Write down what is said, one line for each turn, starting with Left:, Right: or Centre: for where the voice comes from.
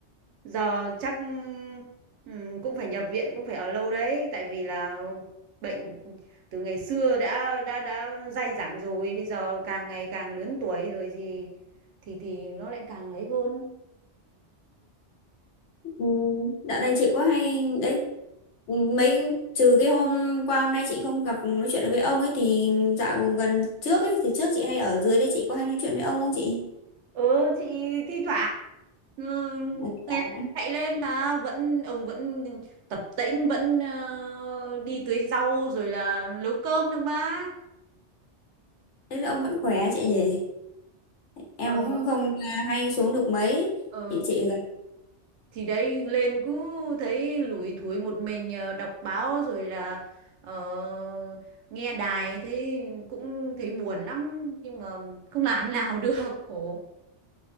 Right: giờ chắc ừm, cũng phải nhập viện cũng phải ở lâu đấy tại vì là bệnh từ ngày xưa đã đã đã dai dẳng rồi bây giờ càng ngày càng lớn tuổi rồi thì thì thì nó lại càng ấy hơn
Left: Ừ, dạo này chị có hay đấy mấy trừ cái hôm qua hôm nay chị không gặp nói chuyện được với ông ấy thì dạo gần trước ấy thì trước chị hay ở dưới đấy chị có hay nói chuyện với ông không chị
Right: ừ chị thi thoảng ừ,
Left: Ờ,
Right: ngày
Left: khỏe.
Right: nào chạy lên mà vẫn ông vẫn tập tễnh vẫn ờ, đi tưới rau rồi là nấu cơm được mà
Left: thế là ông vẫn khỏe chị nhỉ em
Right: ờ
Left: cũng không à, hay xuống được mấy
Right: ờ
Left: thì chị gần
Right: thì đấy lên cứ thấy lủi thủi một mình ờ, đọc báo rồi là ờ, nghe đài thế cũng thấy buồn lắm nhưng mà không làm nào <laughs> được khổ